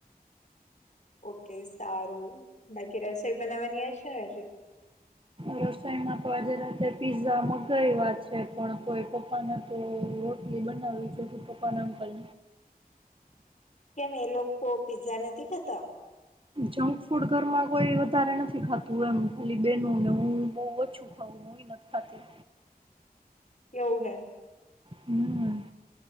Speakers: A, on the left (about 50°); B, on the right (about 35°).
A: ઓકે સારું બાકી રસોઈ બનાવવાની હશે ને હજુ
B: રસોઈમાં તો આજે રાતે પીઝા મગાવ વા છે પણ કોઈ પપ્પાને તો રોટલી બનાવીવી છે કે પપ્પાને અંકલ
A: કેમ એ લોકો કો પિઝા નથી ખાતા
B: જંક ફૂડ ઘરમાં કોઈ વધારે નથી ખાતું એમ ખાલી બેનને હું બહ ઓછું ખાવું હોય નથી ખાતી
A: કેવું હે
B: હમ